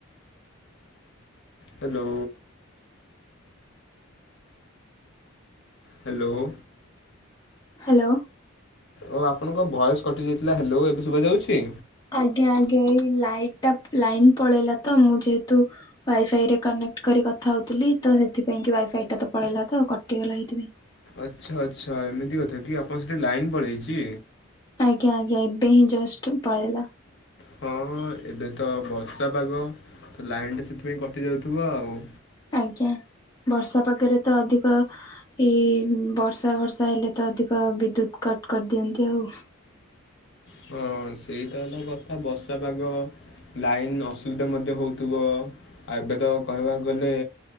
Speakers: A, on the left; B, on the left.
A: Hello. Hello.
B: Hello
A: ଓ ଆପଣଙ୍କ ଭଏସ୍ କଟିଯାଇଥିଲା, ହାଲୋ ଏବେ ଶୁଭାଯାଉଛି?
B: ଆଜ୍ଞା ଆଜ୍ଞା ଏଇ ଲାଇଟା ଲାଇନ୍ ପଳେଇଲା ତ, ମୁଁ ଯେହେତୁ ୱାଇଫାଇ ରେ କନେକ୍ଟ କରି କଥା ହଉଥିଲି, ତ ସେଥିପାଇଁ କି ୱାଇଫାଇ ଟା ତ ପଳେଇଲା ତ କଟିଗଲା ହେଇଥିପାଇଁ।
A: ଆଛା ଆଛା ଏମିତି କଥା କି, ଆପଣ ସେଠି ଲାଇନ୍ ପଳେଇଛି?
B: ଆଜ୍ଞା ଆଜ୍ଞା ଏବେ ହିଁ ଜଷ୍ଟ ପଳେଇଲା।
A: ହଁ ହଁ ଏବେ ତ ବର୍ଷା ପାଗ, ତ ଲାଇନଟା ସେଥିପାଇଁ କଟି ଯାଉଥିବ ଆଉ।
B: ଆଜ୍ଞା, ବର୍ଷା ପାଗରେ ତ ଅଧିକ। ଏଇ ବର୍ଷା ଫର୍ଷା ହେଲେ ତ ଅଧିକ ବିଦ୍ୟୁତ୍ କଟ୍ କରିଦିଅନ୍ତି ଆଉ।
A: ହଁ ସେଇତ ହେଲା କଥା ବର୍ଷା ପାଗ। ଲାଇନ୍ ଅସୁବିଧା ମଧ୍ୟ ହଉଥିବ। ଆଉ ଏବେ ତ କହିବାକୁ ଗଲେ।